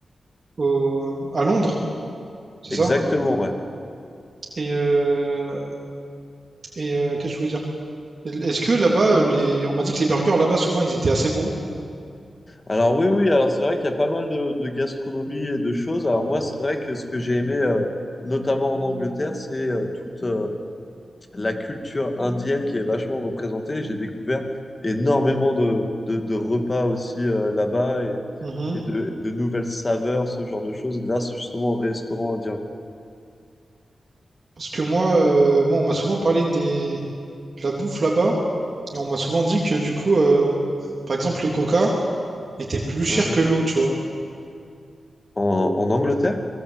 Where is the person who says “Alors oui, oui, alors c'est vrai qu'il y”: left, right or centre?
Left